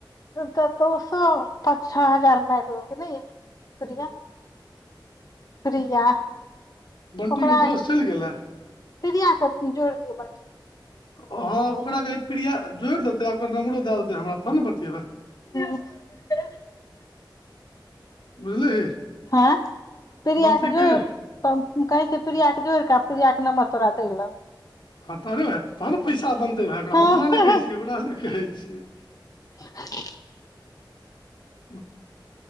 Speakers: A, on the left (about 45°); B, on the left (about 80°).
A: तऽ दोसो पाँच छह हजार मारि रहल नहि य चिया पिया
B: बंटी
A: ओकरा
B: के दोस्त चलि गेलै
A: पड़िया के जोड़ि दियौ बन।
B: ओ ह ओकराे ई प्रिया जोड़ि देतै आ ओकर नम्बरो दए देतै हमरा तहन ने बतेबै
A: <unintelligible>
B: बुझलिही
A: ह प्रिय
B: बंसी
A: के
B: कहि
A: जोड़
B: दे
A: कहे छै प्रिय के जोड़ कऽ क्रियियाे नम्र तोरा देललौ।
B: हँ तह ने हो तहन ने पैसा बनतै भऽ ओकरा
A: हँ
B: हम अपना लए कहै छियै ओकरा लए कहै छियै
A: <unintelligible>
B: ह।